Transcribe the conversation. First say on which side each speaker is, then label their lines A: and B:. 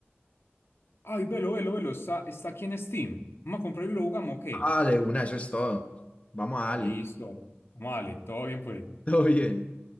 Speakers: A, on the left (about 75°); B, on the left (about 35°).
A: Ay, velo, velo, velo, está, está aquí en Steam. Vamos a comprarlo y lo jugamos, ¿o qué?
B: Ah, de una, eso es todo. Vamos a darle.
A: Listo.
B: <laughs>
A: Vamos a darle, todo bien, pues.
B: Todo bien.